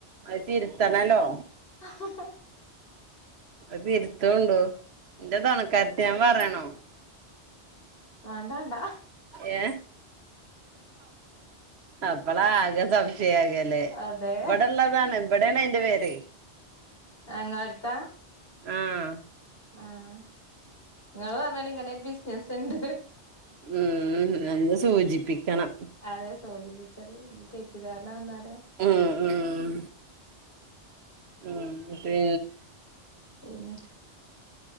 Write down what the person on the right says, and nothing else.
അത് തിരുത്തണല്ലോ
അത് തിരുത്ത ഉണ്ടു എന്റെ തുണകാർതി ആണു എന്ന് പറയണോ
ഏ ഇപ്പളാ ആകെ സംശയാകല്ലേ
ഇവിടെള്ളതാണ് ഇവിടെയാണ് അയിന്റെ പേര്
ആഹ്
ഉം ഒന്ന് സൂചിപ്പിക്കണം
ഉം ഉം ഉം പി